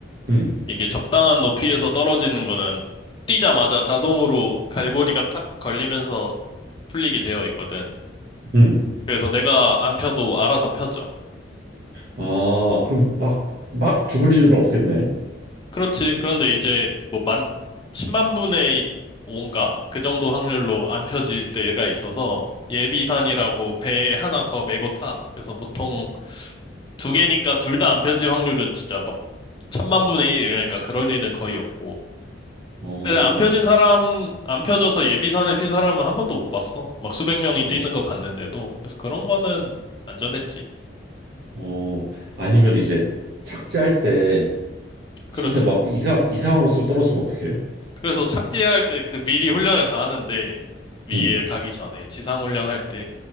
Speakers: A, on the right (about 60°); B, on the left (about 25°).
A: 응,
B: 이게 적당한 높이에서 떨어지는 거는 뛰자마자 자동으로 갈고리가 탁 걸리면서 풀리게 되어 있거든.
A: 응.
B: 그래서 내가 안 펴도 알아서 펴져.
A: 아, 그럼 막, 막 죽을 일은 없겠네.
B: 그렇지. 그런데 이제 뭐 만, 10만 분의 5인가? 그 정도 확률로 안 펴질 때가 있어서 예비산이라고 배에 하나 더 메고 타. 그래서 보통 두 개니까 둘 다 안 펴질 확률은 진짜 막 천만 분의 일 이러니까 그럴 일은 거의 없고.
A: 어,
B: 근데 안 펴진 사람, 안 펴져서 예비산을 핀 사람은 한 번도 못 봤어. 막 수백 명이
A: 어,
B: 뛰는 거 봤는데도. 그래서 그런 거는 안전했지.
A: 어. 아니면 이제 착지할 때
B: 그렇지.
A: 진짜 막 이상, 이상한 곳으로 떨어지면 어떡해?
B: 그래서 착지할 때 그 미리 훈련을 다 하는데 위에
A: 응,
B: 가기 전에 지상 훈련할 때